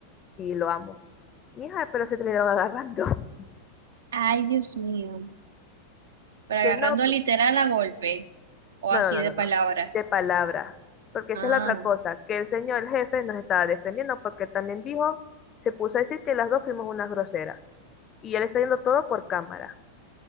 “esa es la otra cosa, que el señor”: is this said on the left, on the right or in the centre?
Left